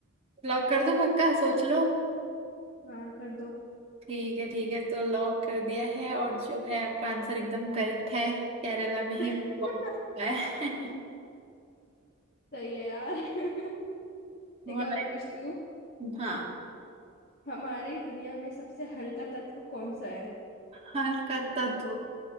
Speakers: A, on the right (about 30°); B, on the left (about 45°).
A: लॉक कर दो पक्का सोच लो
B: हाँ कर दो
A: ठीक है ठीक है तो लॉक कर दिया है और जो है आपका आंसर एकदम करेक्ट है केरला में ही
B: <laughs>
A: हुआ है <laughs>
B: सही है यार <laughs>
A: हुआ
B: एक और
A: है।
B: पूछती हूँ
A: हाँ
B: हमारी दुनिया में सबसे हल्का तत्व कौन सा है
A: हाल का तत्व